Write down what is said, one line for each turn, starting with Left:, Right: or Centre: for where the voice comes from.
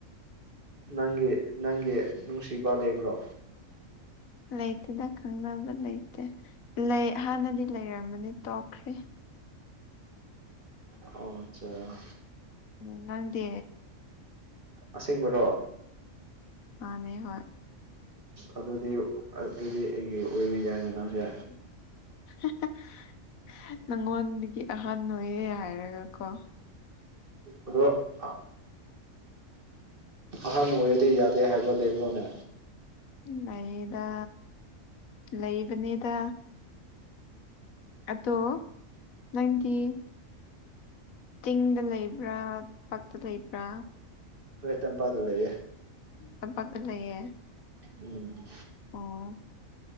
Right: ꯅꯪꯒꯤ ꯅꯪꯒꯤ ꯅꯨꯡꯁꯤꯕ ꯂꯩꯕ꯭ꯔꯣ
Left: ꯂꯩꯇꯦꯗ ꯈꯪꯅꯕ ꯂꯩꯇꯦ ꯂꯩ ꯍꯥꯟꯅꯗꯤ ꯂꯩꯔꯝꯃꯅꯤ ꯇꯣꯛꯈ꯭ꯔꯦ
Right: ꯑꯣ ꯑꯠꯆꯥ
Left: ꯎ ꯅꯪꯗꯤ
Right: ꯑꯁꯦꯡꯕꯔꯣ
Left: ꯃꯥꯅꯦ ꯍꯣꯏ
Right: ꯑꯗꯨꯗꯤ ꯑꯗꯨꯗꯤ ꯑꯩꯒꯤ ꯑꯣꯏꯕ ꯌꯥꯏꯅ ꯅꯪꯁꯦ
Left: <unintelligible> ꯅꯪꯉꯣꯟꯗꯒꯤ ꯑꯍꯟ ꯑꯣꯏꯌꯦ ꯍꯥꯏꯔꯒ ꯀꯣ
Right: ꯑꯗꯣ ꯑꯥ ꯑꯍꯟ ꯑꯣꯏꯔꯗꯤ ꯌꯥꯗꯦ ꯍꯥꯏꯕ ꯂꯩꯕ꯭ꯔꯣꯅꯦ
Left: ꯂꯩꯌꯦꯗ ꯂꯩꯕꯅꯦꯗ ꯑꯗꯣ ꯅꯪꯒꯤ ꯆꯤꯡꯗ ꯂꯩꯕ꯭ꯔꯥ ꯄꯛꯇ ꯂꯩꯕ꯭ꯔꯥ
Right: ꯑꯦ ꯇꯝꯄꯥꯗ ꯂꯩꯌꯦ
Left: ꯇꯝꯄꯥꯛꯇ ꯂꯩꯌꯦ
Right: ꯎꯝ
Left: ꯑꯣ